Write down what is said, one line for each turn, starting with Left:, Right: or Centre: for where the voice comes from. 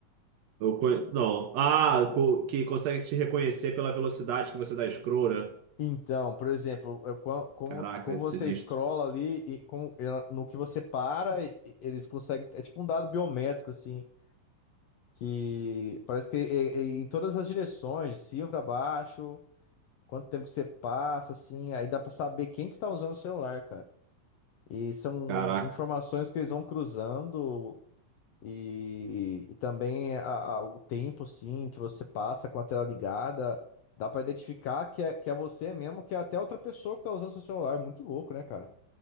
Right: Eu, conhe- não, ah, co- que consegue te reconhecer pela velocidade que você dá scroll, né?
Left: Então, por exemplo, eu- qua- como,
Right: Caraca,
Left: como
Right: é
Left: você
Right: sinistro.
Left: scrolla ali e como, ela- no que você para, e- e- eles conseguem. É tipo um dado biométrico, assim, que parece que é- é em todas as direções, de cima para baixo, quanto tempo que você passa, assim, aí dá para saber quem que tá usando o celular, cara. E são
Right: Caraca,
Left: informações que eles vão cruzando. E, e também a- a- o tempo, sim, que você passa com a tela ligada, dá pra identificar que é, que é você mesmo, que é até outra pessoa que tá usando seu celular. É muito louco, né, cara?